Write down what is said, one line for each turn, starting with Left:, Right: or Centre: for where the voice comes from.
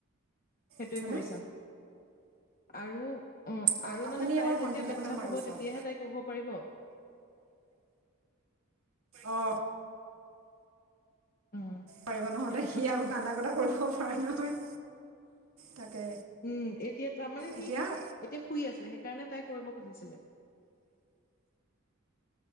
Left: সেইটোৱে
Right: আছেনে
Left: কৰি চাম আৰু অ'
Right: অঁ
Left: আৰু
Right: আপুনি
Left: মানে
Right: এবাৰ
Left: তাই
Right: ভণ্টিলৈ
Left: যেতিয়া বাচ্ছা
Right: আপোনাৰ মাৰি
Left: শুব,
Right: চাওক
Left: তেতিয়াহে তাই কৰিব পাৰিব।
Right: অ,
Left: উম
Right: পাৰিব। নহলে
Left: সেইটো কথা
Right: সি আৰু কান্দা কতা কৰিবও পাৰে নহয়। তাকে
Left: উম, এতিয়া তাৰ মানে সি
Right: এতিয়া অঁ
Left: এতিয়া শুই আছে, সেইকাৰণে তাই কৰিব খুজিছিলে।